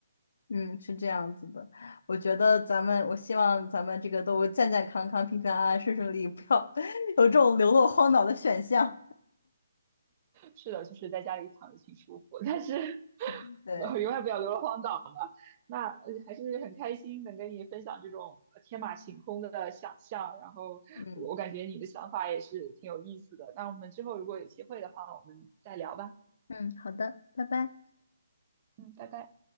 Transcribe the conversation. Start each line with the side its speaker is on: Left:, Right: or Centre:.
Left: 嗯，是这样子的，我觉得咱们，我希望咱们这个都健健康康、平平安安、顺顺利利，不要 <laughs> 有这种流落荒岛的选项。
Right: 是的，就是在家里躺着挺舒服，但是
Left: 嗯，
Right: <laughs>
Left: 对，
Right: 我永远不要流落荒岛。那呃还是很开心能跟你分享这种呃天马行空的想象，然后我我感觉你的想法也是挺有意思的。
Left: 嗯
Right: 那我们之后如果有机会的话，我们再聊吧。
Left: 嗯，好的，拜拜。
Right: 嗯，拜拜。